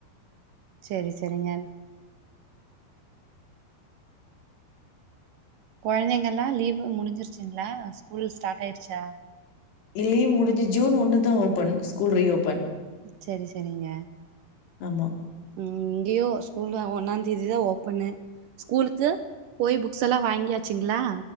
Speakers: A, on the right; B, on the left.
A: சரி சரிங்க குழந்தைங்கல்லாம் லீவு முடிஞ்சிருச்சுங்களா ஸ்கூல் ஸ்டார்ட் ஆயிருச்சா
B: லீவ் முடிஞ்சு ஜூன் ஒண்ணு தா ஓபன் ஸ்கூல் ரீஓபன்
A: சரி சரிங்க
B: ஆமா
A: உம் இங்கேயோ ஸ்கூல் ஒன்னாந்தேதி தா ஓப்பன்னு ஸ்கூலுக்கு போய் புக்ஸ் எல்லாம் வாங்கியாச்சுங்களா